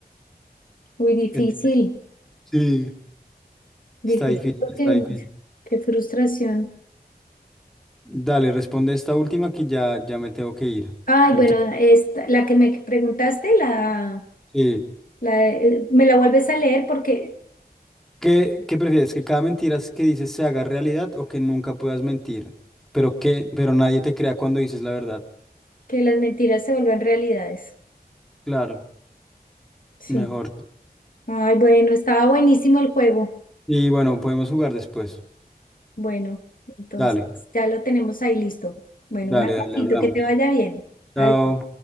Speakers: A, on the left (about 55°); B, in the centre.
A: Muy difícil,
B: Ent- Sí.
A: difícil
B: Está difícil,
A: porque
B: está difícil.
A: qué frustración.
B: Dale, responde esta última que ya, ya me tengo que ir.
A: Ay,
B: Entonces,
A: bueno, esta, la que me preguntaste, la,
B: sí.
A: la, eh, me la vuelves a leer porque
B: ¿Qué, qué prefieres? ¿Que cada mentira que dices se haga realidad o que nunca puedas mentir? Pero que, pero nadie te crea cuando dices la verdad.
A: que las mentiras se vuelven realidades.
B: Claro,
A: Sí.
B: mejor.
A: Ay, bueno, estaba buenísimo el juego.
B: Y bueno, podemos jugar después.
A: Bueno, entonces
B: Dale,
A: ya lo tenemos ahí listo. Bueno,
B: dale,
A: un abracito,
B: dale, hablamos.
A: que te vaya bien. Adiós.
B: Chao.